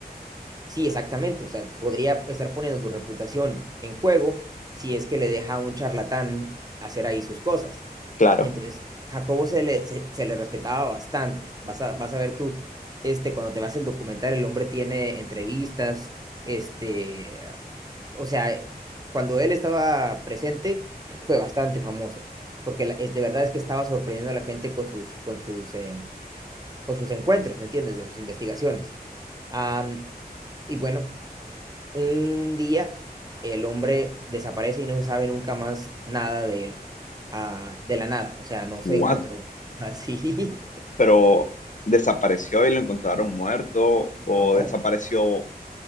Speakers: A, on the right; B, on the left.
A: sí, exactamente, o sea, podría estar poniendo su reputación en juego si es que le deja a un charlatán hacer ahí sus cosas.
B: claro,
A: Entonces, Jacobo se le, se, se le respetaba bastante. Vas a, vas a ver tú, este, cuando te vas el documental, el hombre tiene entrevistas, este, O sea, eh, cuando él estaba presente, fue bastante famoso, porque la- es, de verdad es que estaba sorprendiendo a la gente con sus, con sus, em, con sus encuentros, ¿me entiendes? De sus investigaciones. Am, y bueno, un día el hombre desaparece y no se sabe nunca más nada de él, ah, de la nada, o sea, no
B: what,
A: se encontró <laughs> así,
B: pero desapareció y lo encontraron muerto
A: no.
B: o desapareció